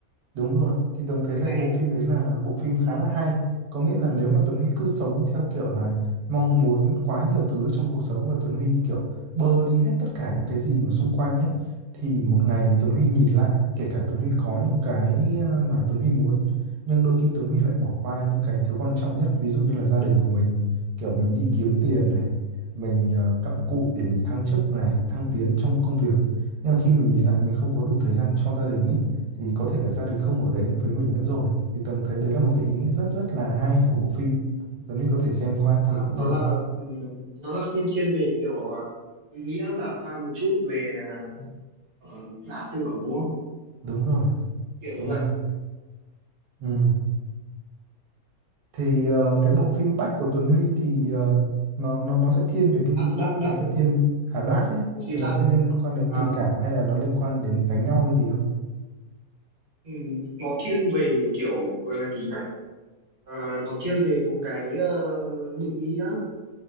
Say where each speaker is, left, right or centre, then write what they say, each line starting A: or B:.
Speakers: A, on the right (about 75°); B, on the right (about 50°).
A: đúng rồi thì Tường thấy là
B: hay
A: bộ
B: đấy
A: phim đấy là bộ phim khá là hay có nghĩa là nếu mà Tuấn Huy cứ sống theo kiểu là mong muốn quá nhiều thứ trong cuộc sống và Tuấn Huy kiểu bơ đi hết tất cả những cái gì mà xung quanh ấy thì một ngày Tuấn Huy nhìn
B: ừ.
A: lại kể cả Tuấn Huy có những cái ờ, mà Tuấn Huy muốn nhưng đôi khi Tuấn Huy lại bỏ qua những cái thứ quan trọng nhất ví dụ như là gia đình của mình kiểu mình đi kiếm tiền này mình ờ, cặm cụi để mình thăng chức này thăng tiến trong công việc nhưng mà khi mình nhìn lại mình không có đủ thời gian cho gia đình ấy thì có thể là gia đình không ở đấy với mình nữa rồi thì Tường thấy đấy là một cái ý nghĩa rất rất là hay của bộ phim Tuấn Linh có thể xem qua
B: à,
A: thử cũng
B: đó
A: được
B: là ừm, nó là phim thiên về kiểu à, ý nghĩa và pha một chút về à, ờ, giả tưởng đúng không
A: đúng rồi
B: kiểu như
A: đúng
B: vậy
A: rồi ừ. thì ờ, cái bộ phim Bách của Tuấn Huy thì ờ, nó nó nó sẽ thiên về cái
B: đắc
A: gì
B: đắc đắc
A: nó sẽ thiên à Dark ấy
B: bộ phim
A: thì nó
B: đắc
A: sẽ liên quan đến
B: à,
A: tình cảm hay là nó liên quan đến đánh nhau hay gì không
B: ừm, nó thiên về kiểu gọi là gì cả Ờ, nó thiên về một cái ờ, định nghĩa